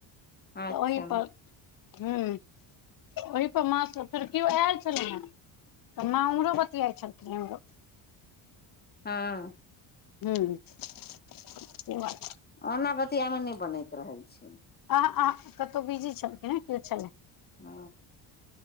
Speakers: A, on the left (about 20°); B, on the left (about 45°).
A: अच्छा
B: तऽ ओहीपर हूं ओहीपर मां से फेडर केओ आयल छलै हेँ तऽ माँ उम्हरो बतियाइ छलखिन उरो
A: हां
B: ह्म से बात
A: ओना बतिआयमे नइ बनैत रहै छै
B: अह अह कतहु बिजी छलखिन ह केओ छलै
A: ओ